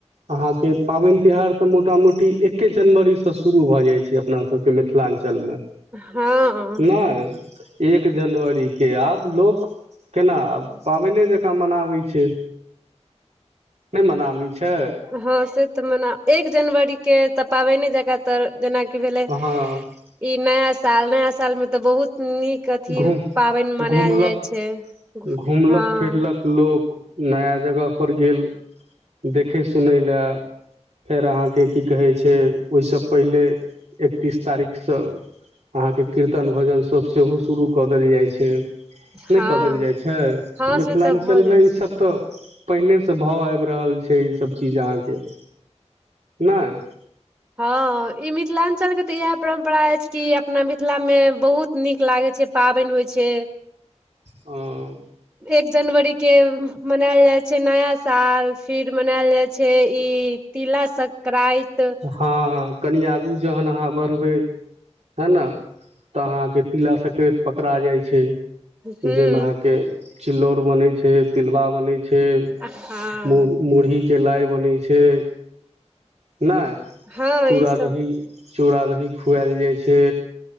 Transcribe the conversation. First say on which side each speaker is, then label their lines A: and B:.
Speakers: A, on the right (about 70°); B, on the right (about 25°).
A: अहाँ के पाबैन तिहार त मोटा मोटी एके जनवरीसै शुरू भ जाइ छै अपना सभके मे। मिथिलांचल मे,
B: हँ
A: नै। एक जनवरी के आब लोक, केना आ पाबैन जेकां। जेका मनाबै छै। नै मनाबै छै?
B: हँ से त मना, एक जनवरी के त पाबनि जकाँ त जेनाकि भेले
A: हँ
B: इ नया साल, नया साल मे त बहुत नीक कथि
A: घुम
B: पाबैन मनायल
A: घुमलक
B: जाइ छै,
A: घुमलक
B: हँ।
A: फिरलक लोक नया जगहपर गेल, त देखय सुनय लेए। फेर अहाँके की कहै छै, ओहिसँ पहिले, एकतीस तारीखसँ। अहाॅं के, कीर्तन भजन सब सेहो शुरू कऽ देल जाय छै। से
B: हँ
A: कऽ देल जाइ छै,
B: हँ
A: मिथिलाञ्चल
B: से तऽ भऽ जाइ
A: मे इसभ
B: छै
A: तऽ। पहिने से भाव आबि रहल छै ई सब चीज अहाँके, नाइ।
B: हँ, ई मिथिलाञ्चलके तऽ इएह परम्परा अछि कि, अपना मिथिलामे बहुत नीक लागै छै, पाबनि होइ छै।
A: हुं।
B: एक जनवरी के मनायल जाइ छै नया साल, फिर मनायल जाइ छै ई, तिला संङक्रानति।
A: हँ, कनि आगू जहन अहाँ बढ़बै। हे न, तऽ अहाँके तिला संक्रा्त पकड़ा जाय छै।
B: हूँ
A: जहिमे अहाँके चिलौर बनैत छै, तिलबा बनैत छै।
B: हँ
A: मु मुरही के लाइ बनै छै। नहि
B: हँ
A: चूड़
B: ई सब
A: -दही, चूड़ा -दही खुआएल जाइ छै।